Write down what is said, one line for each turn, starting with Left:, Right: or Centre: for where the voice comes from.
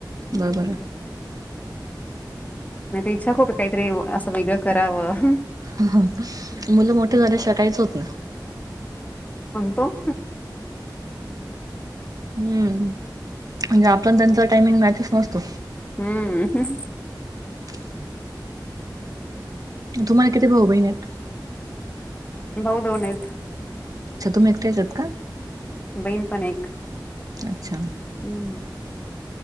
Left: हम्.
Right: बरोबर आहे
Left: इच्छाक होत काहीतरी असं वेगळं करावं.
Right: ह
Left: हम्म.
Right: मुलं मोठे झाल्या शिवाय काईच होत नाइ.
Left: तो
Right: हम्म, आपण त्यांचा टाइमिंग मॅच नोजतो
Left: हम्म, ह
Right: की म तुम्हाला किती भाऊ बहिणयत?
Left: भाऊ दोनयत.
Right: अच्छा तुम्ही एकट्याच त का?
Left: बहीण पण एक.
Right: अच्छा.
Left: हम्म.